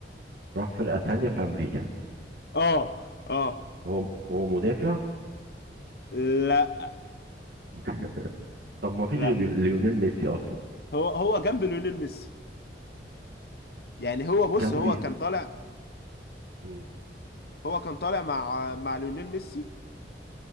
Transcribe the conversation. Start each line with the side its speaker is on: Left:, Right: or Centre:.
Right: راح فرقة تانية في أمريكا
Left: اه اه
Right: هو هو مدافع
Left: لا
Right: <laughs> طب ما فيش
Left: لا
Right: غير ليونيل ميسي أصلا
Left: هو هو جنب ليونيل ميسي يعني هو بص
Right: جنبي
Left: هو كان طالع
Right: مم.
Left: هو كان طالع مع مع ليونيل ميسي